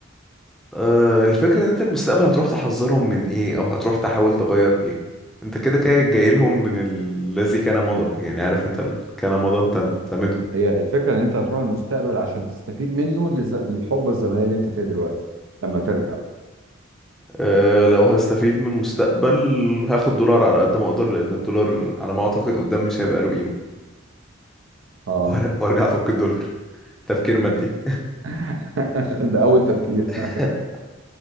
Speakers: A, in the centre; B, on the right.
A: أه الفكرة ان انت المستقبل هتروح تحذرهم من ايه او هتروح تحاول تغير ايه انت كده كده جاي لهم من الذي كان مضى يعني عارف انت ال- كان مضى انت انت منهم
B: هي الفكره ان انت هتروح المستقبل عشان تستفيد منه لز- للحقبه الزمنيه اللي انت فيها دلوقتي لما ترجع
A: أه لو هستفيد من المستقبل هاخد دولار على قد ما اقدر لان الدولار على ما اعتقد قدام مش هيبقى له قيمة
B: اه
A: وهر- وارجع افك الدولار تفكير مادي
B: <laughs> ده اول تفكير <laughs>
A: <laughs>